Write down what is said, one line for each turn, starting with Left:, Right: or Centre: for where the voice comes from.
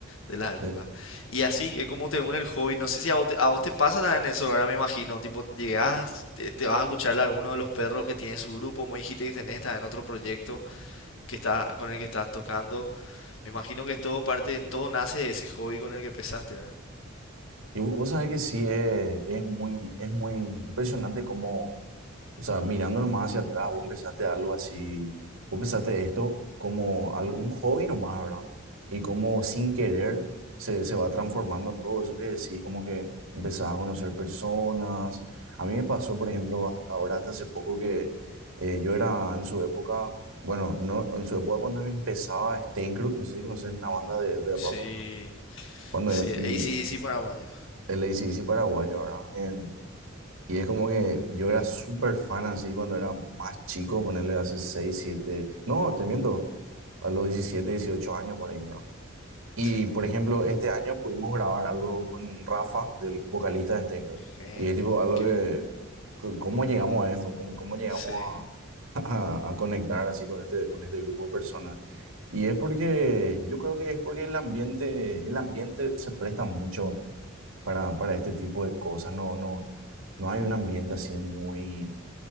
Left: de la época.
Right: de-
Left: Y así es como te une el hobby, no sé si a vos te, a vos te pasa también eso, ahora me imagino, tipo llegás, te, te vas a escuchar a alguno de los perros que tiene su grupo, me dijiste que tenés en otro proyecto que está, con el que estás tocando me imagino que es todo parte, todo nace de ese hobby con el que empezaste, ¿verdad?
Right: Y vo- vos sabés que sí, es, es muy, es muy impresionante cómo... O sea, mirando nomás hacia atrás, vos empezaste algo así, vos empezaste esto como al- un hobby nomás, ¿verdad? Y como sin querer se, se va transformando a todo eso que decís, como que empezás a conocer personas. A mí me pasó, por ejemplo, a- ahora hasta hace poco que eh, yo era en su época, bueno, no, en su época cuando empezaba Stainkrupp, no sé si conoces una banda de, de
Left: Sí,
Right: rock acá, cuando,
Left: Sí, el
Right: y
Left: AC/DC paraguayo.
Right: el AC/DC paraguayo, ¿verdad? Em, y es como que yo era súper fan así cuando era más chico, ponerle hace 6 7 no, te miento, a los 17 18 años por ahí, ¿no? Y
Left: Sí,
Right: por ejemplo, este año pudimos grabar algo con Rafa, del vocalista de Stengro.
Left: genio.
Right: Y es tipo algo
Left: Qué,
Right: que, c- ¿cómo llegamos a esto? ¿Cómo, cómo llegamos
Left: sí.
Right: a, <laughs> a, a conectar así con este, con este grupo de personas? Y es porque, yo creo que es porque el ambiente, el ambiente se presta mucho para, para este tipo de cosas. No, no, no hay un ambiente así muy...